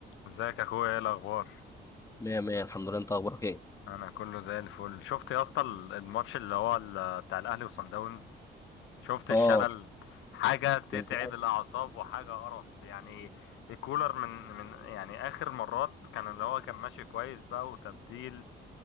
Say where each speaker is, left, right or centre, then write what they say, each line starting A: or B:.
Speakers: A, on the left; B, on the left.
A: ازيك يا اخويا ايه الاخبار
B: مية مية الحمد لله انت اخبارك ايه؟
A: انا كله زي الفل شفت يا اسطى ال- الماتش اللي هو ال- بتاع الاهلي وصن داونز شفت
B: اه
A: الشلل حاجه تتعب
B: للاسف
A: الاعصاب وحاجه قرف يعني الكولر من من يعني اخر مرات كان اللي هو كان ماشي كويس بقى وتبديل